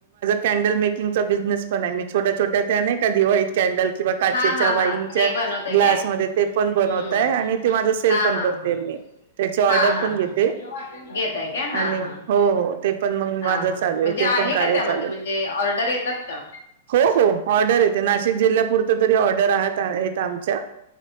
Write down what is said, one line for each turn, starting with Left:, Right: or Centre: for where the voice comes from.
Right: कॅनडल मेकिंगचा बिझनेस पणआहे. मी छोट्या छोट्या त्या नाही का देवा कॅन्डल किंवा काचेच्या
Left: हा हा
Right: वाईनच्या
Left: हा ते बनवताय
Right: ग्लासमध्येध्य
Left: काय
Right: ते पण बनवताय
Left: हम्म.
Right: आणि ते माझा सेल
Left: हा
Right: पण
Left: हा
Right: करते
Left: हा
Right: मी त्याची ऑर्डर
Left: हा हा
Right: पण घेते
Left: हा घेताय काय हा
Right: आणि
Left: हा.
Right: हो ते पण मग
Left: हा
Right: माझं
Left: हा
Right: चालू
Left: म्हणजे
Right: आहे ते पण कार्य
Left: का त्यामध्ये
Right: चालू
Left: म्हणजे
Right: आहे
Left: ऑर्डर येतात का?
Right: हो हो ऑर्डर येते नाशिक जिल्हा तरी ऑर्डर राहतात. <unintelligible>